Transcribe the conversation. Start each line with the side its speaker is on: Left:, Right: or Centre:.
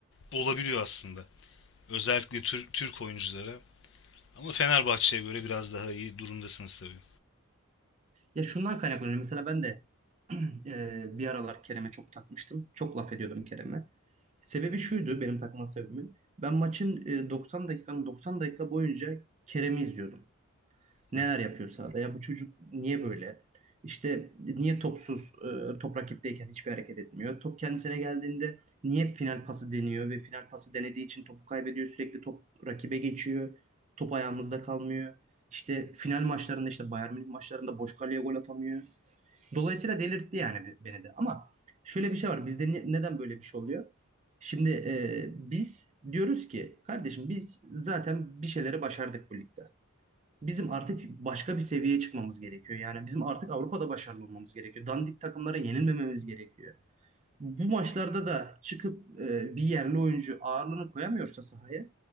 Left: olabiliyor aslında. Özellikle Tür- Türk oyunculara. Ama Fenerbahçe'ye göre biraz daha iyi durumdasınız tabii.
Right: Ya şundan kaynaklanıyor. Mesela ben de <clears throat> eee, bir aralar Kerem'e çok takmıştım. Çok laf ediyordum Kerem'e. Sebebi şuydu benim takma sebebimin. Ben maçın eee, 90 dakikanın 90 dakika boyunca Kerem'i izliyordum. Neler
Left: Hı hı.
Right: yapıyor sahada? Ya bu çocuk niye böyle? İşte niye topsuz, e, top rakipteyken hiçbir hareket etmiyor? Top kendisine geldiğinde niye hep final pası deniyor ve final pası denediği için topu kaybediyor? Sürekli top rakibe geçiyor. Top ayağımızda kalmıyor. İşte final maçlarında işte Bayern Münih maçlarında boş kaleye gol atamıyor. Dolayısıyla delirtti yani be- beni de. Ama şöyle bir şey var. Bizde ne- neden böyle bir şey oluyor? Şimdi e, biz diyoruz ki kardeşim biz zaten bir şeyleri başardık bu ligde. Bizim artık başka bir seviyeye çıkmamız gerekiyor. Yani bizim artık Avrupa'da başarılı olmamız gerekiyor. Dandik takımlara yenilmememiz gerekiyor. Bu maçlarda da çıkıp e, bir yerli oyuncu ağırlığını koyamıyorsa sahaya,